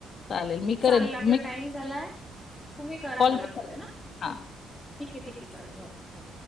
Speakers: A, on the left; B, on the left.
A: चालेल मी करेन
B: चाल आपला
A: मी
B: टाइम झालाय, तुम्ही करा मला
A: मी
B: कॉल
A: करते
B: आहे ना!
A: हा
B: ठीक आहे, ठीक आहे चालेल हो हो.